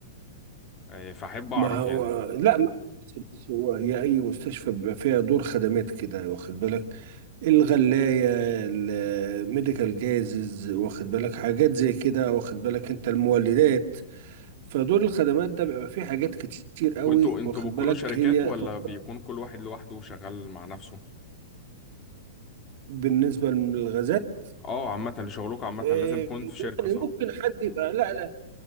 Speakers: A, on the left (about 25°); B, on the right (about 55°).
A: آه فأحب أعرف
B: ما هو
A: يعني
B: لا ما بس هو هي اي مستشفى بيبقى فيها دور خدمات كده واخد بالك الغلاية الميديكال جازز واخد بالك حاجات زي كده واخد بالك انت المولدات فدور الخدمات ده بيبقى فيه حاجات كتير قوي
A: وانتوا انتوا
B: واخد
A: بتكونوا
B: بالك
A: شركات
B: هي
A: ولا
B: تعتبر
A: بيكون كل واحد لوحده شغال مع نفسه؟
B: بالنسبة للغازات
A: اه عامة اللي شغلكوا عامة
B: إيه،
A: لازم تكون في شركة
B: يعني
A: صح؟
B: ممكن حد يبقى لا لا